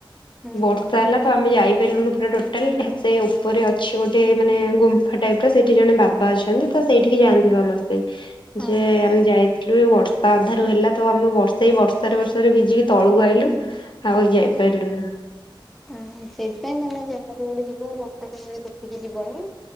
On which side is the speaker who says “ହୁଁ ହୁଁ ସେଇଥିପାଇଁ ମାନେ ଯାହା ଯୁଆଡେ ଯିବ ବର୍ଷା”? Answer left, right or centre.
Centre